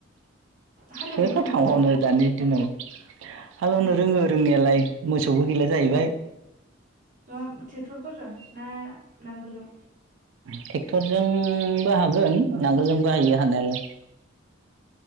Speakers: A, on the right; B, on the right.
A: हालेवनो
B: सोरथो
A: रोंङोना
B: थांबावनो
A: रोङा
B: दानि दिनाव हालेवनो
A: उम
B: रोङो रोंनायालाय मोसौबो गैला जाहैबाय
A: नङा ट्रेक्टरफोरजों ना नांगोलजों
B: ट्रेक्टरजोंबो हागोन नांगोलजों बाहायो हानायालाय